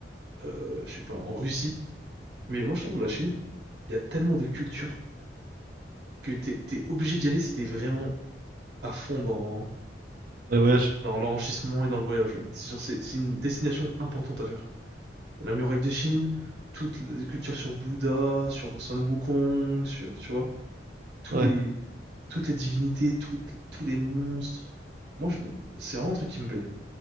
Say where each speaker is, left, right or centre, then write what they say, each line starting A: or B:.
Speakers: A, on the right; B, on the right.
A: euh, je sais pas, en Russie. Mais moi, je trouve la Chine, il y a tellement de culture que t'es, t'es obligé d'y aller si t'es vraiment à fond dans,
B: ouais, voyage.
A: dans l'enrichissement et dans le voyage. ouais. C'est genre, c'est, c'est une destination importante à faire. La muraille de Chine, toutes les cultures sur Bouddha, sur Sun Wukong, sur, tu vois, tous
B: Ouais.
A: les, toutes les divinités, toutes- tous les monstres. Moi, je- c'est vraiment un truc qui me plaît.